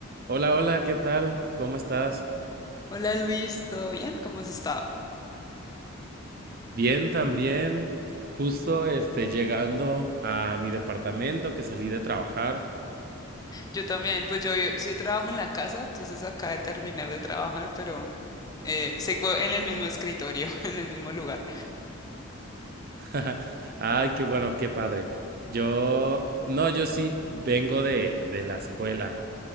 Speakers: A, on the right; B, on the left.
A: Hola, hola, ¿qué tal? ¿Cómo estás?
B: Hola Luis, ¿todo bien? ¿Cómo has estado?
A: Bien, también. Justo este llegando a mi departamento que salí de trabajar.
B: Yo también, pues yo, yo sí trabajo en la casa, entonces acabé de terminar de trabajar, pero eh, sigo en el mismo escritorio, <laughs> en el mismo lugar.
A: <laughs> Ay, qué bueno, qué padre. Yo, no, yo sí vengo de de la escuela.